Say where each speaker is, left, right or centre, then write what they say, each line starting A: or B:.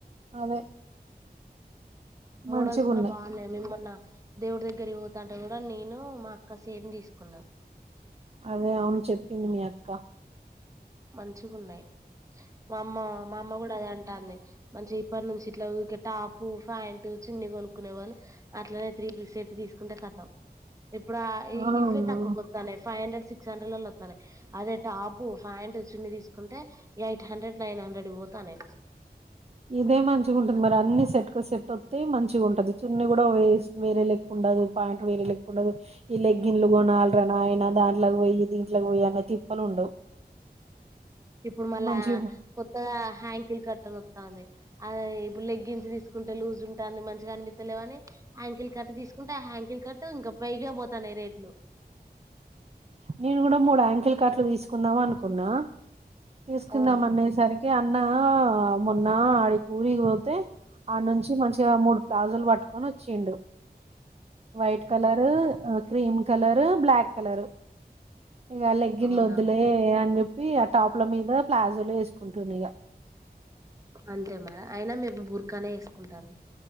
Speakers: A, on the right; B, on the right.
A: అదే
B: మోడల్స్
A: మంచిగున్నాయి
B: కూడా బాగున్నాయి మీ మొన్న దేవుడి దగ్గర పోతుంటారు కూడా నేను మా అక్క సేమ్ తీసుకున్నామ్
A: అదే అవును చెప్పింది మీ అక్క
B: మంచిగున్నాయి మా అమ్మ మా అమ్మ కూడా అద అంటుంది మంచి ఇప్పటి నుంచి ఇట్లా టాప్ ప్యాంటు చున్ని కొనుక్కునే బదులు అట్లే త్రీ పీస్ సెట్ తీసుకుంటే కతం ఇప్పుడు ఈ
A: ఆ ఆ
B: ఇవే తక్కువ కొత్తానే ఫైవ్ హండ్రెడ్ సిక్స్ హండ్రెడ్ల వద్దాయి అదే టాపు ప్యాంటు చున్ని తీసుకుంటే ఎయిట్ హండ్రెడ్ నైన్ హండ్రెడ్ పోతా అనే
A: ఇదే మంచిగా ఉంటుది మరి అన్ని సెట్ కు సెట్ వస్తే మంచిగా ఉంటది చున్ని కూడా వే వేరే లక్కు ఉండదు పాయింట్ వేరే లక్కు ఉండదు ఈ లెగ్ ఇలు కూడాన అలరనా అయనా దాంట్లోకి పోయి దీంట్లోకి పోయి అనే తిప్పలు ఉండవు
B: ఇప్పుడు మళ్ళా
A: మంచి
B: కొత్తగా హ్యాంకిల్ కట్టని వస్తాంది అది ఇప్పుడు లెగ్గిన్స్ తీసుకు లూజ్ ఉంటుంది మంచిగా అనిపిత్తలే అని యాంకిల్ కట్ తీసుకుంటే ఆ యాంకిల్ కట్ ఇంకా పైగా పోతాన్నాయి రేట్లు
A: నేను కూడా మూడు యాంకిల్ కాట్లు తీసుకుందాం అనుకున్నా తీసుకుందాం
B: ఆ
A: అన్నయసరికి అ అన్న మొన్న ఆడి కూ ఊరకి పో ఆ నుంచి మంచిగా మూడు ప్లాజోలు పట్టుకొని వచ్ చీండు white colour cream colour black colour ఇక లెగ్గి
B: అవునా
A: న్లు వద్దులే అని చెప్ వీ ఆ టాప్ల మీద ప్లాజోలు వేసుకుంటును ఇగా
B: అంతే మరి అయినా మేరూ బుర్కానే వేసుకుంటారు